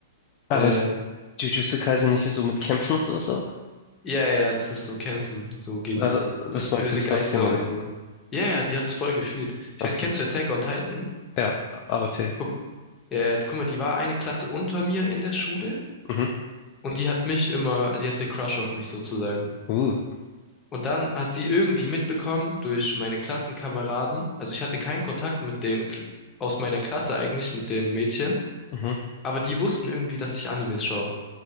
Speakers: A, on the left; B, on the left.
A: Aber
B: Ähm,
A: ist Jujutsu Kaisen nicht so mit Kämpfen und sowas auch?
B: ja, ja, das ist so Kämpfen, so gegen
A: Äh,
B: bös
A: das magst
B: böse
A: du trotzdem,
B: Geister
A: oder
B: und
A: wie?
B: so. Ja, ja, die hat's voll gefühlt. Ich
A: Okay.
B: weiß, kennst du Attack on Titan?
A: Ja, AOT.
B: Guck, ja, ja, guck mal, die war eine Klasse unter mir in der Schule
A: Mhm.
B: und die hat mich immer, die hatte Crush auf mich sozusagen.
A: Uh.
B: Und dann hat sie irgendwie mitbekommen durch meine Klassenkameraden, also ich hatte keinen Kontakt mit den Kl- aus meiner Klasse eigentlich, mit den Mädchen.
A: Mhm.
B: Aber die wussten irgendwie, dass ich Animes schaue.